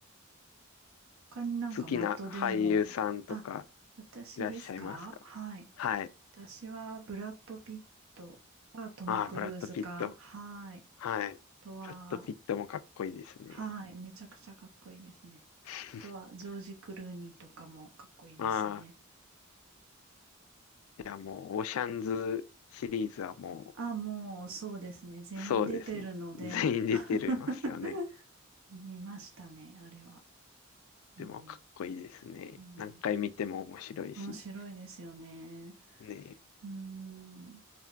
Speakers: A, on the right; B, on the left.
A: 他になんかマットデーモン。
B: 好きな俳優さんとか
A: あ、私ですかはい。
B: いらっしゃいますかはい。
A: 私はブラッド・ピットかトム・
B: ああ、
A: クルーズか、
B: ブラッド・ピット。
A: はい。
B: はい。
A: あとは、
B: ブラッド・ピットもかっこいいですね。
A: はい、めちゃくちゃかっこいいですね。
B: <laughs>
A: あとは、ジョージ・クルーニーとかもかっこいいですね。
B: ああ、いやもう、オーシャンズシリーズはも
A: あ、もうそうですね。全員出てるので、
B: う、そうですね。<laughs> 全員出てるますよね。
A: <laughs> 見ましたね、あれは。うん、
B: でもかっこいいですね。
A: うん、
B: 何回見ても面白いし。
A: 面白いですよね。
B: ねえ。
A: うん。